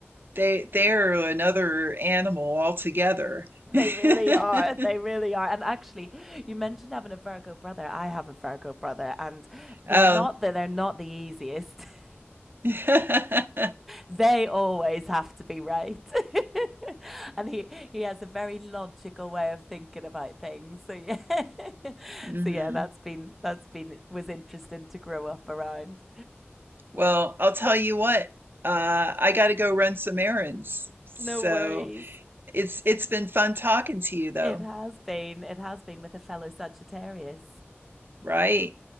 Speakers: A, on the right; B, in the centre.
A: they they're another animal altogether.
B: They really
A: <laughs>
B: are. They really are. And actually, you mentioned having a Virgo brother. I have a Virgo brother, and they're
A: Um,
B: not the, they're not the easiest. <laughs>
A: <laughs> <laughs>
B: They always have to be right. <laughs> And he he has a very logical way of thinking about things. So yeah. <laughs>
A: hmm
B: So yeah, that's been that's been was interesting to grow up around.
A: Well, I'll tell you what, uh, I got to go run some errands. So
B: No worries.
A: it's it's been fun talking to you though,
B: It has been. It has been with a fellow Sagittarius.
A: right?